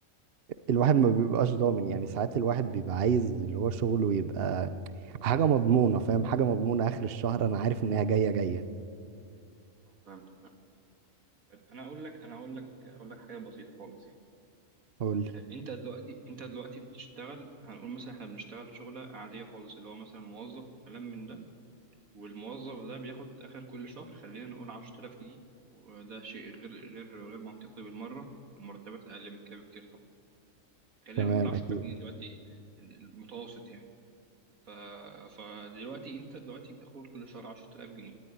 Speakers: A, on the right; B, on the right.
A: الواحد ما بيبقاش ضامن يعني ساعات الواحد بيبقى عايز اللي هو شغله يبقى حاجة مضمونة فاهم حاجة مضمونة آخر الشهر أنا عارف إن هي جاية جاية
B: آه، فاهمك طيب انا اقول لك انا اقول لك اقول لك حاجه بسيطه خالص يعني
A: قول لي
B: آه، انت دلوقتي انت دلوقتي بتشتغل هنقول مثلا احنا بنشتغل شغله عاديه خالص اللي هو مثلا موظف وكلام من ده والموظف ده بياخد اخر كل شهر خلينا نقول 10000 جنيه وده شيء غير غير غير منطقي بالمره المرتبات اقل من كده بكتير طبعا خلينا
A: تمام
B: نقول 10000
A: أكيد
B: جنيه دلوقتي المتوسط يعني ف... فدلوقتي انت دلوقتي بتاخد كل شهر 10000 جنيه